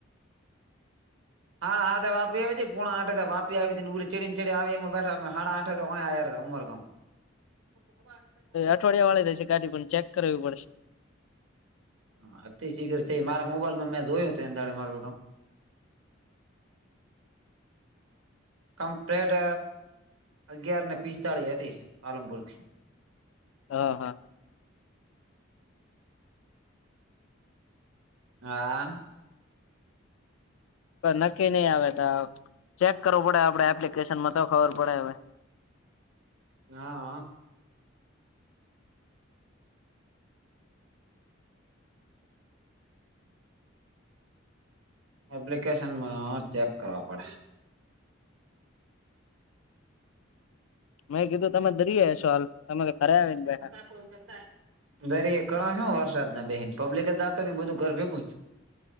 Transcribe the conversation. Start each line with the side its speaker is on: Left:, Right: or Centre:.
Right: હાડા હા વાપી આવી હતી કુણા આઠે વાપી આવી હતી ઉ ચડીને ચડી એમાં બેઠા હાડા આઠ તોયા આવ્યા હતા ઉમરગામ. બવા. <unintelligible>
Left: અઠવાડિયા વાળાી દેશે ગાડી પણ ચેક કરવી પડશે.
Right: હ અતિ શીર છે મારા મોબાઈલમાં મેં જોયું હતું એ દાડે મારટ. કમ્પ્લેટ અગિયાર ને પિસ્તાળીસ હતી પાલનપુર થી.
Left: હ હા.
Right: હા.
Left: નક્કી નહી આવે તો ચેક કરવું પડે આપડે એપ્લિકેશનમાં તો ખબર પડે હવે.
Right: હા. એપ્લિકેશનમાં ચેક કરવા પડે.
Left: મેં કીધું તમે દરી હ છો, હાલ તમે ખરે આવી ને બેઠા.
Right: <unintelligible> દરે કરો છો ને, વરસાદ ના બ બેન પબ્િક જતો ને બધું ઘર ભેગુંું..